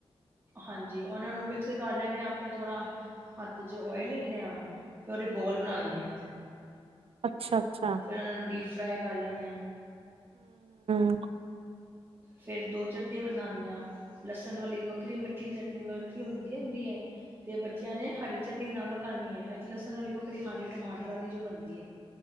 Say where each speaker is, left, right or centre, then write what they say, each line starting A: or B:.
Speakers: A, on the right; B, on the right.
A: ਹਾਂਜੀ ਉਹਨਾਂ ਨੂੰ ਮਿਕਸ ਕਰ ਲੈਣੇ ਹਾਂ ਫਿਰ ਥੋੜ੍ਹਾ ਹੱਥ ਚ ਓਇਲ ਲੈਂਦੇ ਹਾਂ ਫਿਰ ਉਹਦੇ ਬੋਲ ਬਣਾ ਲੈਂਦੇ ਹਾਂ
B: ਅੱਛਾ, ਅੱਛਾ ਹਮ
A: ਉਹਨਾਂ ਨੂੰ ਡੀਪ ਫਰਾਈ ਕਰ ਲੈਨੇ ਆ।
B: ਹਮ।
A: ਫਿਰ ਦੋ ਚਟਨੀ ਬਣਾਉਂਦੇ ਹਾਂ। ਲਸਣ ਵਾਲੀ ਵੱਖਰੀ ਮਿੱਠੀ ਚਟਨੀ ਵੱਖਰੀ ਹੁੰਦੀ ਹੈ। ਤੇ ਬੱਚਿਆਂ ਨੇ ਹਰੀ ਚਟਨੀ ਨਾਲ ਖਾਣੀ ਹੈ, ਲਸਨ ਵਾਲੀ ਵੱਕਰੀ ਖਾਣੀ ਟਮਾਟਰਾਂ ਦੀ ਜੋ ਬਣਦੀ ਏ।